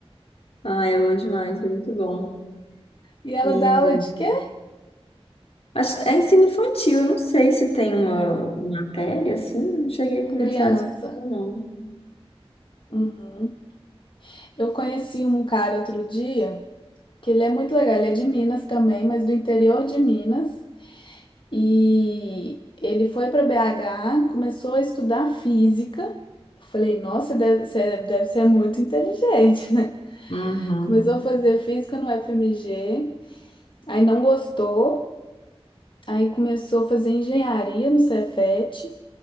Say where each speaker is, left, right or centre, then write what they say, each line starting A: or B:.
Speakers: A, on the left; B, on the left.
A: Ah, é bom demais, é muito bom.
B: E ela
A: E
B: dá aula de quê?
A: Acho, é ensino infantil, eu não sei se tem uma matéria assim, não cheguei a conversar
B: Criança.
A: disso, não.
B: Uhum. Eu conheci um cara outro dia, que ele é muito legal, ele é de Minas também, mas do interior de Minas. E ele foi para BH, começou a estudar física. Eu Falei, nossa, deve, você deve ser muito inteligente, <laughs> né?
A: Uhum.
B: Começou a fazer física no FMG, aí não gostou, aí começou a fazer engenharia no Cefet,